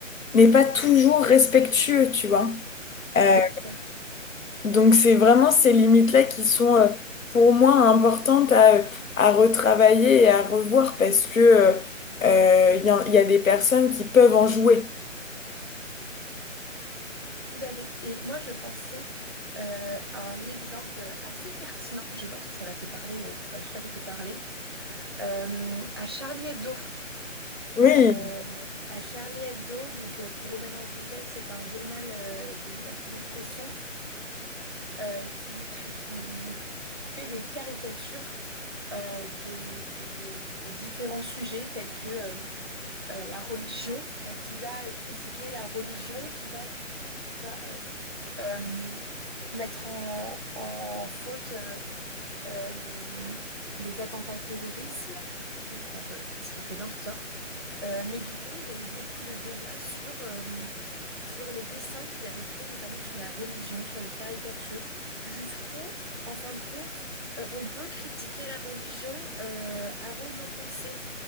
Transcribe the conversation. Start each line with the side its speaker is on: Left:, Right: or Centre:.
Left: n'est pas toujours respectueux, tu vois. Euh,
Right: Ouais, tout à fait.
Left: Donc c'est vraiment ces limites-là qui sont euh, pour moi importantes à, euh, à retravailler et à revoir parce que euh, euh, il y, a il y a des personnes qui peuvent en jouer.
Right: Tout à fait. Et moi, je pensais euh, à un exemple assez pertinent. Je pense que ça va te parler, euh, ça va tout à fait te parler. Euh, à Charlie Hebdo.
Left: Oui.
Right: Euh, à Charlie Hebdo, donc euh, pour remettre dans le contexte, c'est un journal euh, de liberté d'expression euh, qui, crée- qui fait des caricatures euh, des, des- de, de différents sujets tels que euh, euh, la religion, hein, qui va critiquer la religion, qui va, qui va euh, euh, mettre en, en faute euh, euh, les attentats terrorisme, qui- enfin, ça- ce qui est très bien tout ça. Euh, mais du coup, il y a eu beaucoup de débats sur, euh, sur les dessins qu'ils avaient créés, notamment sur la religion, sur les caricatures, jusqu'où, en fin de compte, euh, on peut critiquer la religion euh, avant d'offenser